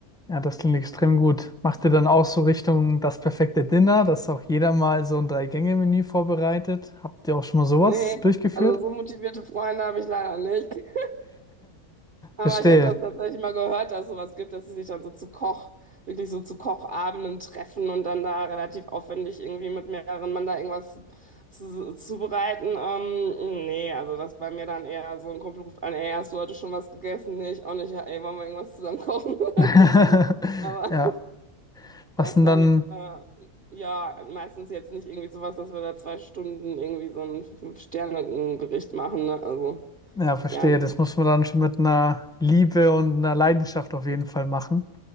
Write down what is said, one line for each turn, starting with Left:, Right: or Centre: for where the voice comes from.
Centre: ja, das klingt extrem gut. Macht ihr dann auch so Richtung das perfekte Dinner, dass auch jeder mal so ein Drei-Gänge-Menü vorbereitet? Habt ihr auch schon mal sowas
Right: Nee,
Centre: durchgeführt?
Right: also so motivierte Freunde habe ich leider nicht. <laughs> Aber
Centre: <laughs> Verstehe.
Right: ich habe das tatsächlich mal gehört, dass es sowas gibt, dass sie sich dann so zu Koch, wirklich so zu Kochabenden treffen und dann da relativ aufwendig irgendwie mit mehreren Mann da irgendwas zu, zubereiten. Ähm, nee, also das ist bei mir dann eher so ein Kumpel ruft an, ey, hast du heute schon was gegessen? Nee, ich auch nicht. Ja, Ey, wollen wir irgendwas zusammen kochen <laughs> oder
Centre: <laughs>
Right: so. Aber
Centre: Ja, was
Right: das
Centre: denn
Right: dann
Centre: dann?
Right: jetzt, äh, ja, meistens jetzt nicht irgendwie sowas, dass wir da zwei Stunden irgendwie so ein Fünf-Sterne-Gericht machen, ne? Also,
Centre: Ja, verstehe.
Right: ja.
Centre: Das muss man dann schon mit einer Liebe und einer Leidenschaft auf jeden Fall machen.